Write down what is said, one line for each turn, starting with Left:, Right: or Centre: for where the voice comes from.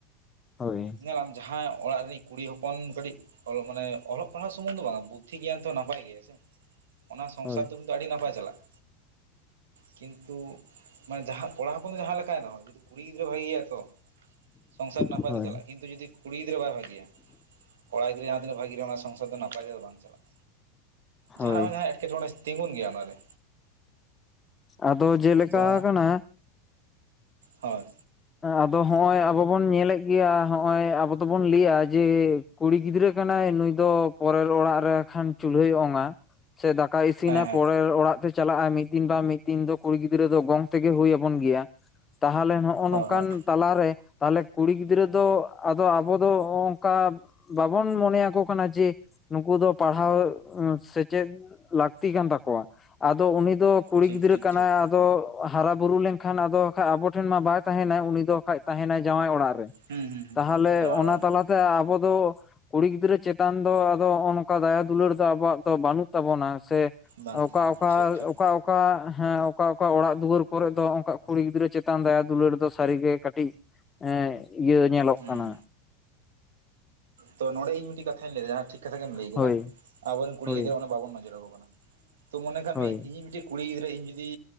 Left: ᱦᱳᱭ
Right: ᱧᱮᱞᱟᱢ ᱡᱟᱦᱟᱸᱭ ᱚᱲᱟᱜ ᱨᱤᱱᱤᱡ ᱠᱩᱲᱤ ᱦᱚᱯᱚᱱ ᱫᱚ ᱠᱟᱹᱴᱤᱡ ᱛᱚ, ᱢᱟᱱᱮ ᱚᱞᱚᱜ ᱯᱟᱲᱦᱟᱣ ᱥᱩᱢᱚᱱ ᱫᱚ ᱵᱟᱝ ᱵᱩᱫᱫᱷᱤ ᱜᱮᱭᱟᱱ ᱛᱚ ᱱᱟᱯᱟᱭ ᱜᱮᱭᱟ ᱥᱮ ᱚᱱᱟ ᱥᱚᱝᱥᱟᱨ
Left: ᱦᱳᱭ
Right: ᱫᱚ ᱛᱚ ᱟᱹᱰᱤ ᱱᱟᱯᱟᱭ ᱪᱟᱞᱟᱜᱼᱟ᱾ ᱠᱤᱱᱛᱩ ᱢᱟᱱᱮ ᱡᱟᱦᱟ ᱠᱚᱲᱟ ᱦᱚᱯᱚᱱ ᱫᱚ ᱡᱟᱦᱟᱸ ᱞᱮᱠᱟᱭ ᱨᱮᱦᱚᱸ ᱡᱚᱫᱤ ᱠᱩᱲᱤ ᱜᱤᱫᱽᱨᱟᱹ ᱵᱷᱟᱹᱜᱤ ᱜᱮᱭᱟ ᱛᱚ ᱥᱚᱝᱥᱟᱨ ᱱᱟᱯᱟᱭ
Left: ᱦᱳᱭ
Right: ᱛᱮ ᱪᱟᱞᱟᱜᱼᱟ ᱠᱤᱱᱛᱩ ᱡᱩᱫᱤ ᱠᱩᱲᱤ ᱜᱤᱫᱽᱨᱟᱹ ᱵᱟᱭ ᱵᱷᱟᱹᱜᱤᱭᱟ <inaudible> ᱠᱚᱲᱟ ᱜᱤᱫᱽᱨᱟᱹ ᱡᱟᱦᱟᱸ ᱛᱤᱱᱟᱹᱜ ᱵᱷᱟᱹᱜᱤ ᱨᱮᱦᱚᱸ ᱚᱱᱟ ᱥᱚᱝᱥᱟᱨ ᱫᱚ ᱱᱟᱯᱟᱭ ᱫᱚ ᱵᱟᱝ ᱪᱟᱞᱟᱜᱼᱟ
Left: ᱦᱳᱭ
Right: ᱡᱟᱦᱟᱱᱟᱜ ᱵᱟᱝ ᱡᱟᱦᱟᱸ ᱮᱴᱠᱮᱴᱚᱬᱮ ᱛᱤᱸᱜᱩᱱ ᱜᱮᱭᱟ ᱚᱱᱟ ᱨᱮ
Left: ᱟᱫᱚ ᱡᱮᱞᱮᱠᱟ
Right: ᱛᱚ
Left: ᱟᱠᱟᱱᱟ
Right: ᱦᱳᱭ
Left: ᱟᱫᱚ ᱦᱚᱜᱼᱚᱸᱭ ᱟᱵᱚ ᱵᱚᱱ ᱧᱮᱞᱮᱫ ᱜᱮᱭᱟ ᱦᱚᱜᱼᱚᱸᱭ ᱟᱵᱚ ᱫᱚᱵᱚᱱ ᱞᱟᱹᱭᱟ ᱡᱮ ᱠᱩᱲᱤ ᱜᱤᱫᱽᱨᱟᱹ ᱠᱟᱱᱟᱭ ᱱᱩᱭ ᱫᱚ ᱯᱚᱨᱮᱨ ᱚᱲᱟᱜ ᱨᱮ ᱠᱷᱟᱱ ᱪᱩᱞᱦᱟᱹᱭ ᱚᱝᱼᱟ ᱥᱮ ᱫᱟᱠᱟᱭ ᱤᱥᱤᱱᱟ
Right: ᱦᱮᱸ ᱦᱮᱸ
Left: ᱯᱚᱨᱮᱨ ᱚᱲᱟᱜ ᱪᱟᱞᱟᱜᱼᱟ ᱢᱤᱫ ᱫᱤᱱ ᱵᱟ ᱢᱤᱫ ᱫᱤᱱ ᱫᱚ ᱠᱩᱲᱤ ᱜᱤᱫᱽᱨᱟᱹ ᱫᱚ ᱜᱚᱝ ᱛᱮᱜᱮ ᱦᱳᱭ ᱟᱵᱚᱱ ᱜᱮᱭᱟ ᱛᱟᱦᱚᱞᱮ ᱱᱚᱜ <unintelligible>
Right: ᱦᱳᱭ
Left: ᱚᱱᱠᱟᱱ
Right: ᱦᱳᱭ
Left: ᱛᱟᱞᱟᱨᱮ ᱛᱟᱦᱚᱞᱮ ᱠᱩᱲᱤ ᱜᱤᱫᱽᱨᱟᱹ ᱫᱚ ᱟᱫᱚ ᱟᱵᱚ ᱫᱚ ᱦᱚᱜ ᱚᱝᱠᱟ ᱵᱟᱵᱚᱱ ᱢᱚᱱᱮᱭᱟᱠᱚ ᱠᱟᱱᱟ ᱡᱮ ᱱᱩᱠᱩ ᱫᱚ ᱯᱟᱲᱦᱟᱣ ᱥᱮᱪᱮᱫ ᱞᱟᱹᱠᱛᱤ ᱠᱟᱱ ᱛᱟᱠᱚᱣᱟ ᱟᱫᱚ ᱩᱱᱤ ᱫᱚ ᱠᱩᱲᱤ
Right: ᱴᱷᱤᱠ
Left: ᱜᱤᱫᱽᱨᱟᱹ
Right: ᱴᱷᱤᱠ
Left: ᱠᱟᱱᱟᱭ
Right: ᱴᱷᱤᱠ
Left: ᱟᱫᱚ ᱦᱟᱨᱟ ᱵᱩᱨᱩ ᱞᱮᱱᱠᱷᱟᱱ ᱟᱫᱚ ᱠᱷᱟᱡ ᱟᱵᱚ ᱴᱷᱮᱱ ᱢᱟ ᱵᱟᱭ ᱛᱟᱦᱮᱱᱟᱭ ᱩᱱᱤ ᱫᱚ ᱵᱟᱠᱷᱟᱡ ᱛᱟᱦᱮᱱᱟᱭ ᱡᱟᱶᱟᱭ ᱚᱲᱟᱜ ᱨᱮ
Right: ᱦᱩᱸ ᱦᱩᱸ ᱦᱩᱸ
Left: ᱛᱟᱦᱚᱞᱮ
Right: ᱡᱟᱶᱟᱭ
Left: ᱚᱱᱟ
Right: ᱚᱲᱟᱜ
Left: ᱛᱟᱞᱟᱛᱮ
Right: ᱨᱮᱦᱚᱸ
Left: ᱟᱵᱚ ᱫᱚ ᱠᱩᱲᱤ ᱜᱤᱫᱽᱨᱟᱹ ᱪᱮᱛᱟᱱ ᱫᱚ ᱟᱫᱚ ᱦᱚᱜᱼᱚᱸᱭ ᱱᱚᱝᱠᱟ ᱫᱟᱭᱟ ᱫᱩᱞᱟᱹᱲ ᱫᱚ ᱟᱵᱚᱣᱟᱜ ᱫᱚ ᱵᱟᱹᱱᱩᱜ ᱛᱟᱵᱚᱱᱟ ᱥᱮ
Right: ᱵᱟᱝ
Left: ᱚᱠᱟ
Right: ᱛᱟᱦᱮᱱ
Left: ᱚᱠᱟ
Right: ᱠᱟᱱᱟ ᱴᱷᱤᱠ ᱴᱷᱤᱠ
Left: ᱚᱠᱟ ᱚᱠᱟ ᱦᱮᱸ ᱚᱠᱟ ᱚᱠᱟ ᱚᱲᱟᱜ ᱫᱩᱣᱟᱹᱨ ᱠᱚᱨᱮ ᱫᱚ ᱦᱚᱜ ᱚᱝᱠᱟ ᱠᱩᱲᱤ ᱜᱤᱫᱽᱨᱟᱹ ᱪᱮᱛᱟᱱ ᱫᱟᱭᱟ ᱫᱩᱞᱟᱹᱲ ᱫᱚ ᱥᱟᱹᱨᱤᱜᱮ ᱠᱟᱹᱴᱤᱡ <unintelligible> ᱤᱭᱟᱹ ᱧᱮᱞᱚᱜ
Right: ᱦᱩᱸ
Left: ᱠᱟᱱᱟ
Right: ᱛᱚ ᱱᱚᱰᱮ ᱤᱧ ᱢᱤᱴᱤᱡ ᱠᱟᱛᱷᱟᱧ ᱞᱟᱹᱭᱮᱫᱟ ᱦᱟᱸᱜ ᱴᱷᱤᱠ ᱠᱟᱛᱷᱟ ᱜᱮᱢ ᱞᱟᱹᱭ ᱠᱮᱫᱟ
Left: ᱦᱳᱭ
Right: ᱟᱵᱚᱨᱮᱱ ᱠᱩᱲᱤ
Left: ᱦᱳᱭ
Right: ᱜᱤᱫᱽᱨᱟᱹ ᱚᱱᱟ ᱵᱟᱵᱚᱱ ᱱᱚᱡᱚᱨ ᱟᱠᱚ ᱠᱟᱱᱟ ᱛᱚ ᱢᱚᱱᱮ ᱠᱟᱜ
Left: ᱦᱳᱭ
Right: ᱢᱮ ᱤᱻᱧᱤᱡ ᱢᱤᱫᱴᱤᱡ ᱠᱩᱲᱤ ᱜᱤᱫᱽᱨᱟᱹ ᱤᱧ ᱡᱩᱫᱤ